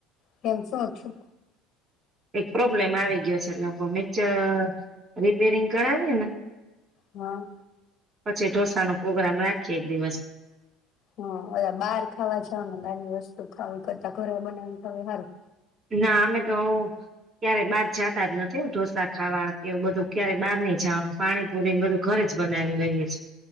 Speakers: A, on the left; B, on the right.
A: કેમ શું થ્યું?
B: એક પ્રોબ્લેમ આવી ગ્યો છે. નખો મેં ચ રિપેરિંગ કરાવીયેને
A: હા.
B: પછી ઢોસાનો પોગરામ રાખીએ એક દિવસ.
A: હા ઓલા બાર ખાવા જાવ ને બહારની વસ્તુ ખાવ ઇ કરતા ઘરે બનાવીને ખાવ એ હારું.
B: ના અમે તો ક્યારે બહાર જાતા જ નથી હોં ઢોસા ખાવા, કે એવું બધું ક્યારે બહાર નઈ જાવાનું, પાણીપુરી ને બધું ઘરે જ બનાવી લઈએ છે.